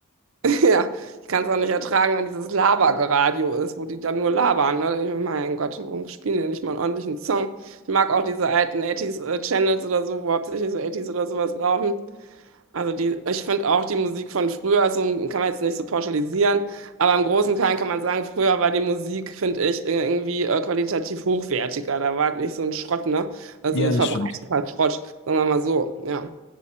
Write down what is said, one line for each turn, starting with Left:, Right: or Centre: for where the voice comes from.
Right: <laughs> Ja, ich kann es auch nicht ertragen, wenn dieses Labergeradio ist, wo die dann nur labern, ne? Da denk Ich, mir, mein Gott, warum spielen die nicht mal einen ordentlichen Song? Ich mag auch diese alten 80 channels oder so, wo hauptsächlich so 80 oder sowas laufen. Also die, ich finde auch die Musik von früher, also kann man jetzt nicht so pauschalisieren, aber im Großen und Kleinen kann man sagen, früher war die Musik, finde ich, ir- irgendwie äh, qualitativ hochwertiger. Da war nicht so ein Schrott, ne? Also
Left: Ja,
Right: verbreiteter
Left: das stimmt.
Right: Schrott, sagen wir mal so, ja.